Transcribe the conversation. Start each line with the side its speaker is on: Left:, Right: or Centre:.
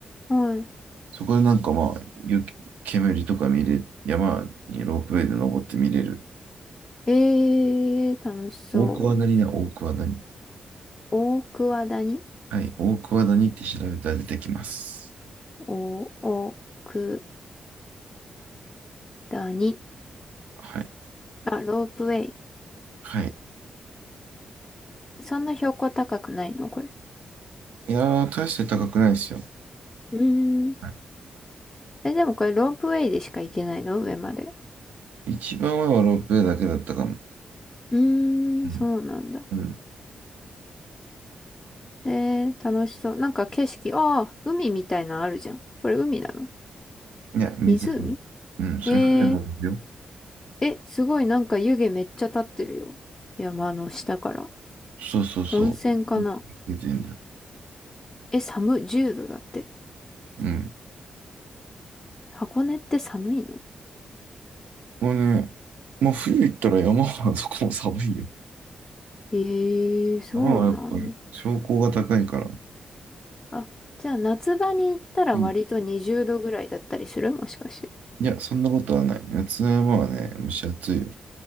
Left: ん。は
Right: そこでなんかまあ、雪煙とか見れ、山にロープウェイで登って見れる。
Left: い。えー、楽しそう。
Right: 大桑谷だ、大桑谷。
Left: 大桑谷
Right: はい、大桑谷って調べたら出てきます。
Left: お、大桑谷。
Right: はい。
Left: あ、ロープウェイ。
Right: はい。
Left: そんな標高高くないのこれ。
Right: いやー、大して高くないですよ。
Left: うーん。
Right: はい
Left: え、でもこれロープウェイでしか行けないの上まで。
Right: 一番上はロープウェイだけだったかも。
Left: うーん、
Right: うん。
Left: そうなんだ。
Right: うん
Left: えー、楽しそう。なんか景色、ああ、海みたいなのあるじゃん。これ海なの
Right: いや、水に。
Left: 湖
Right: うん、それ船もあるよ。
Left: えー、え、すごいなんか湯気めっちゃ立ってるよ。山の下から。
Right: そうそうそう。
Left: 温泉かな
Right: 出てんだ。
Left: え、寒い、10度だって。
Right: うん。
Left: 箱根って寒いの
Right: これね、まあ冬行ったら山は <laughs> そこも寒いよ。
Left: えー、そうなんだ
Right: 山はやっぱ標高が高いから。
Left: あ、じゃあ夏場に行ったら割と20度ぐらいだったりするもしかして。
Right: うんいや、そんなことはない。夏の山はね、蒸し暑いよ。